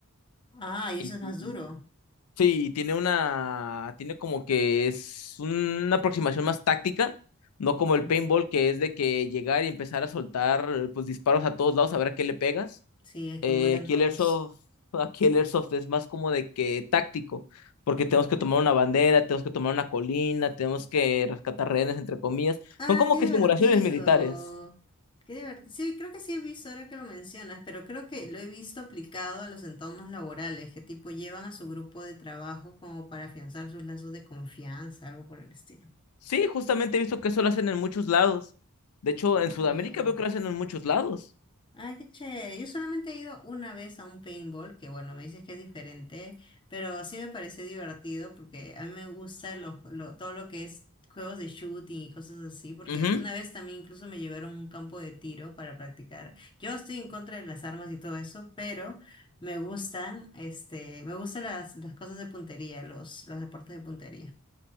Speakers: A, on the left; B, on the left.
A: Ah, y
B: Y,
A: eso no es más
B: y-
A: duro.
B: sí, tiene una, tiene como que es una aproximación más táctica, no como el
A: Ujú.
B: paintball que es de que llegar y empezar a soltar pues disparos a todos lados a ver a qué le pegas.
A: Sí, es que
B: Eh,
A: mueran
B: aquí
A: todos.
B: el Airsoft, <laughs> aquí el Airsoft es más como de que táctico, porque tenemos que tomar una bandera, tenemos que tomar una colina, tenemos que rescatar rehenes, entre comillas.
A: Ah,
B: Son como
A: qué
B: que
A: divertido.
B: simulaciones militares.
A: Qué divertido. Sí, creo que sí he visto ahora que lo mencionas, pero creo que lo he visto aplicado a los entornos laborales, que tipo llevan a su grupo de trabajo como para afianzar sus lazos de confianza, algo por el estilo.
B: Sí, justamente he visto que eso lo hacen en muchos lados. De hecho,
A: Oye.
B: en Sudamérica veo que lo hacen en muchos lados.
A: Ay, qué chévere. Yo solamente he ido una vez a un paintball, que bueno, me dices que es diferente, pero sí me pareció divertido porque a mí me gusta lo, lo- todo lo que es juegos de shooting y cosas así, porque
B: Ujú.
A: una vez también incluso me llevaron a un campo de tiro para practicar. Yo estoy en contra de las armas y todo eso, pero me gustan, este, me gustan las, las cosas de puntería, los, los deportes de puntería.